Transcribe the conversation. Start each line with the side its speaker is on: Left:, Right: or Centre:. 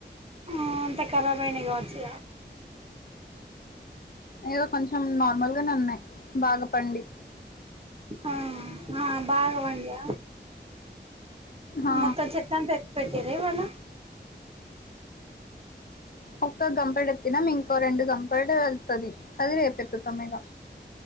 Right: ఆ అంత కరబైనాయి కావచ్చు
Left: ఏదో కొంచెం నార్మల్గానే ఉన్నాయి బాగాపండి
Right: ఆ ఆ బాగా పండినయ్య
Left: ఆ
Right: మొత్తం చెత్త అంత ఎత్తి పెట్టేర ఈయాల
Left: ఒక్క గంపెడెత్తినం ఇంకో రెండు గంపెడు వెళ్తుంది అది రేపు ఎత్తుతం ఇగ